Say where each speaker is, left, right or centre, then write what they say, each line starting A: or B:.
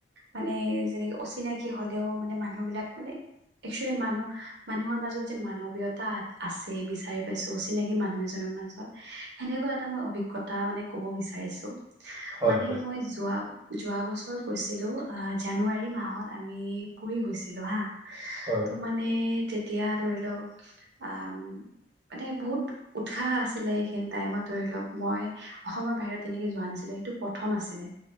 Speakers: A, on the right (about 65°); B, on the right (about 20°).
A: মানে যেনেকে অচিনাকি হলেও মানে মানুহবিলাক মানে একচুৱেলী মানুহ মানুহৰ মাজত যে মানৱীয়তা আছেই বিচাৰি পাইছোঁ অচিনাকি মানুহ এজনৰ মাজত সেনেকুৱা এটা মই অভিজ্ঞতা মানে ক'ব বিচাৰিছোঁ
B: হয়
A: মানে
B: হয়
A: মই যোৱা যোৱা বছৰ গৈছিলো জানুৱাৰী মাহত আমি পুৰি গৈছিলো হা
B: হয়
A: ত' মানে তেতিয়া ধৰি লওক আ মানে বহুত উৎসাহ আছিলে এইখিনি টাইমত ধৰি লওক মই অসমৰ বাহিৰত তেনেকে যোৱা নাছিল এইটো প্ৰথম আছিলে